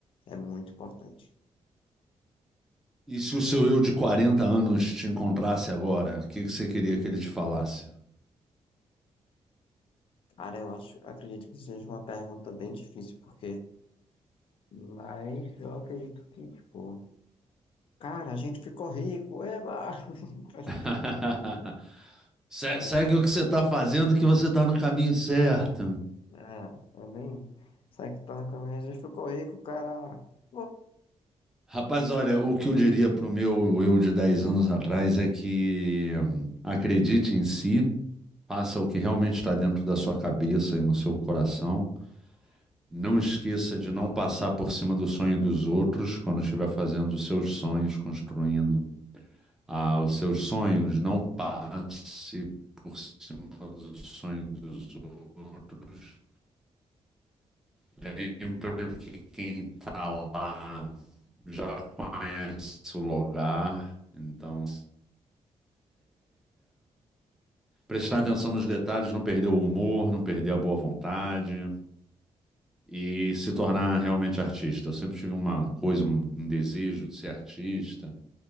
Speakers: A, on the left (about 55°); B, in the centre.
A: é muito importante.
B: E se o seu eu de 40 anos te encontrasse agora, o que que você queria que ele te falasse?
A: Cara, eu acho, acredito que seja uma pergunta bem difícil, porque. Mas eu acredito que, tipo, cara, a gente ficou rico, eba! <laughs>
B: <laughs> Se-
A: Tá
B: Segue
A: ligado?
B: o que você está fazendo, que você está no caminho certo.
A: É, também. Sai que tá no caminho, a gente ficou rico, cara. Pô,
B: Rapaz, olha, o que eu diria pro meu eu de 10 anos atrás é que hum, acredite em si, faça o que realmente está dentro da sua cabeça e no seu coração. Não esqueça de não passar por cima do sonho dos outros quando estiver fazendo os seus sonhos, construindo ah, os seus sonhos. Não passe por cima do sonho dos outros. Lembra que quem está lá já conhece o lugar. Então, prestar atenção nos detalhes, não perder o humor, não perder a boa vontade e se tornar realmente artista. Eu sempre tive uma coisa, um um desejo de ser artista.